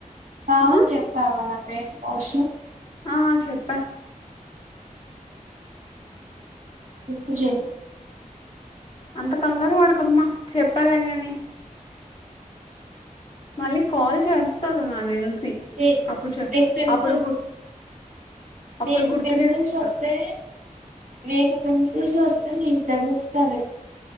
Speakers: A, on the right; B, on the left.
A: బావకి
B: ఆ?
A: చెప్పావా నా పేస్ వాష్
B: ఆ చెప్పే
A: గుర్తు చెయ్
B: అంత కంగారు పడకు అమ్మ చెప్పాలే గాని మళ్ళీ కాల్ చేస్తారు నాకు తెలిసి
A: నీ
B: అప్పుడుచ
A: నీకు పింపుల్
B: అప్పుడు అప్పుడు
A: నీకు
B: గుర్తు
A: పింపుల్స్
B: చేస్తా
A: వస్తే నీకు పింపుల్స్ వస్తే నీకు తెలుస్తాదీ